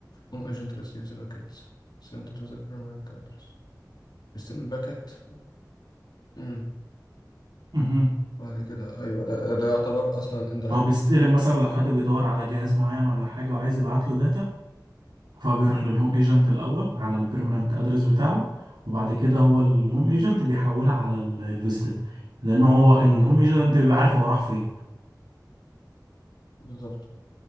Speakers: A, on the left (about 65°); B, on the right (about 80°).
A: هوم ايجنت ريسيفز باكيت سنت تو ذا بيرمننت ادرس بيستلم الباكت امم
B: امم
A: بعد كده ايوه ده ده يعتبر اصلا اندايركت
B: هو بيستلم مثلا لو حد بيدور على جهاز معين ولا حاجة وعايز يبعت له داتا فبيروح للهوم ايجنت الأول على البيرمننت ادرس بتاعه وبعد كده هو الهوم ايجنت بيحولها على الفيزيتد لأن هو
A: ده
B: الهوم
A: الاندايركت
B: ايجنت بيبقى عارف هو راح فين
A: بالظبط